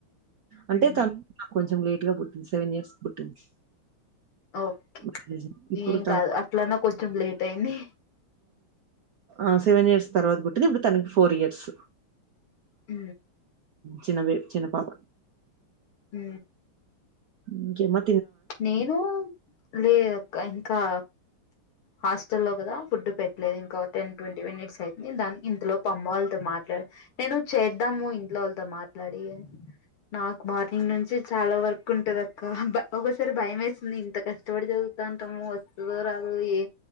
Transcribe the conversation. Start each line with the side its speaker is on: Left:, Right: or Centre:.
Right: అంటే
Left: ఉమ్
Right: తను కొంచెం లేట్గా పుట్టింది సెవన్ ఇయర్స్ కి పుట్టింది
Left: ఓకే
Right: మ్యారేజ్ ఇప్పుడు
Left: ఏం కాదు అట్లన్నా కొంచెం లేట్ లేట్ అయింది
Right: ఆ సెవెన్ ఇయర్స్ తర్వాత పుట్టింది ఇప్పుడు తనకి ఫోర్ ఇయర్స్
Left: ఊ
Right: చిన్న బేబీ చిన్న పాప
Left: ఊ
Right: ఇంకే మన్నా
Left: నేను లేదక్కా ఇంకా హాస్టల్లో కదా ఫుడ్ పెట్టలేదు ఇంకో టెన్ ట్వంటీ మినిట్స్ అయితుంది దానికి ఇంతవరకు అమ్మవాళ్ళు త మా నేను చేద్దాము ఇంట్లో వాళ్లతో మాట్లాడి నాకు మార్నింగ్ నుంచి చాలా వర్క్ ఉంటదక్క బా ఒకోసారి భయం వేస్తుంది, ఇంత కష్టపడి చదువుతాంటాము వస్తదో రాదో, ఏ